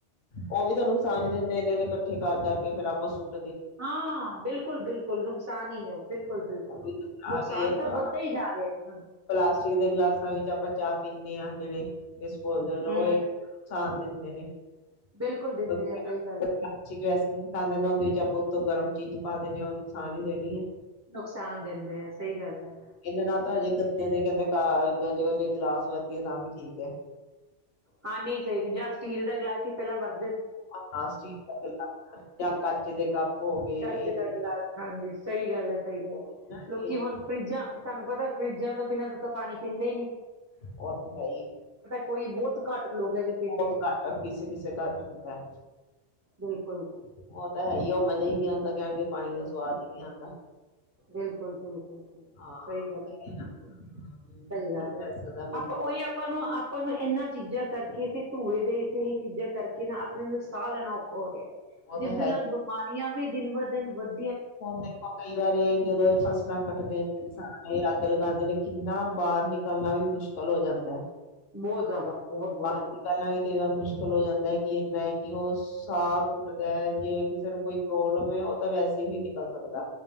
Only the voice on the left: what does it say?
ਉਹ ਵੀ ਤਾਂ ਨੁਕਸਾਨ ਹੀ ਦਿੰਦੇ ਇੰਨੇ ਦੇ ਇਕੱਠੇ ਕਰਕੇ ਫ਼ਿਰ ਆਪਾਂ ਸੁੱਟ
ਖਰਾਬ
ਹੀ ਹੈ
ਪਲਾਸਟਿਕ ਦੇ ਗਿਲਾਸਾਂ ਵਿੱਚ ਆਪਾਂ ਚਾਹ ਪੀਂਦੇ ਹਾਂ ਜਿਹਵੇ ਡਿਸਪੋਜਲ
ਉਹ ਨੁਕਸਾਨ ਦਿੰਦੇ ਨੇ ਵੈਸੇ।
ਉਹਨਾਂ ਵਿਚ ਆਪਾਂ ਉੱਤੋਂ ਗਰਮ ਚੀਜ਼ ਪਾ ਦੇਦੇ ਹਾਂ ਉਹ ਨੁਕਸਾਨ ਹੀ ਦੇਣੀ ਹੈ।
ਇਹਦੇ ਨਾਲ ਤਾਂ ਹਜੇ ਗੱਤੇ ਦੇ ਕਾਗਜ਼ ਵਲੇ ਗਿਲਾਸ ਵਰਤੰ, ਤਾਂ ਵੀ ਠੀਕ ਹੈ।
ਹਾਂ ਪਲਾਸਟਿਕ ਦੇ ਗਲਾਸ ਕੱਚ ਦੇ ਕੱਪ ਗਏ
ਇਹ ਚੀਜ਼ਾਂ
ਹੋ ਗਈਆਂ ਨਾ,
ਇਹ ਚੀਜ਼
ਉਹ ਤਾਂ ਹੈਹੀ,
ਵਦ ਘੱਟ ਕਿਸੇ- ਕਿਸੇ ਘਰ ਚ ਹੁੰਦਾ
ਉਹ ਤਾਂ ਹੈ ਹੀ ਉਹ ਫਰਿਜ ਨਹੀਂ ਆਉਂਦਾ ਕਹਿਣਗੇ ਪਾਣੀ ਦਾ ਸਵਾਦ ਹੀ ਨਹੀਂ ਆਉਂਦਾ।
ਹਾਂ
ਇਹ ਨਾ, ਹਮ, ਕੀ
ਕਰ ਸਕਦਾ ਬੰਦਾ
ਉਹ
ਤਾਂ
ਫੋਨ ਕਈ ਵਾਰੇ ਜਿਹਦੇ ਉਹ ਸ ਕੱਢਦੇ ਨੇ ਕਿਸਾਨ ਇਹ ਅੱਗ ਲਗਾਉਂਦੇ ਨੇ ਕਿੰਨਾ ਬਾਹਰ ਨਿਕਲਣਾ, ਵੀ ਮੁਸ਼ਕਿਲ ਹੋ ਜਾਂਦਾ।
ਬਾਹਰ
ਨਿਟਲਨੲ ਵੀ ਕਈ ਵਾਰ ਮੁ ਮੁਸ਼ਕਿਲ ਹੋ ਜਾਂਦਾ ਹੈ ਕਿ ਇੰਨਾ ਹੈ ਕਿ ਉਹ ਸਾਹ ਘੁਟਦਾ ਹੈ ਜੇ ਕਿਸੇ ਨੂੰ ਕੋਈ ਪ੍ਰੋਬਲਮ ਹੈ ਉਹ ਤਾਂ ਵੈਸੇ ਵੀ ਨਿਕਲ ਸਕਦਾ।